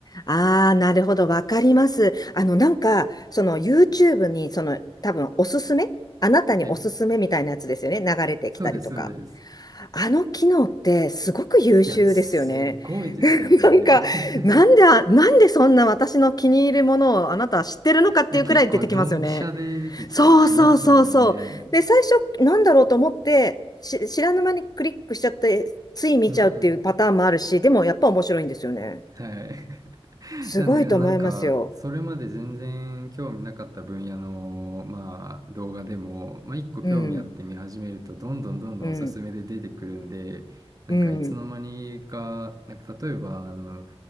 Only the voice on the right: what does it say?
はい。
そうです、そうです。
いや、すごいですよね。
<laughs>
いや、結構ドンピシャで出てきたりしますもんね。
うんうん。
はい。<laughs>
なんで、なんか、それまで全然興味なかった分野の、まあ、動画でも、まあ、一個興味あって見始めると、
どんどんどんどんおすすめで出てくるんで、
なんか、
いつの間にか、なんか、例えば、あの、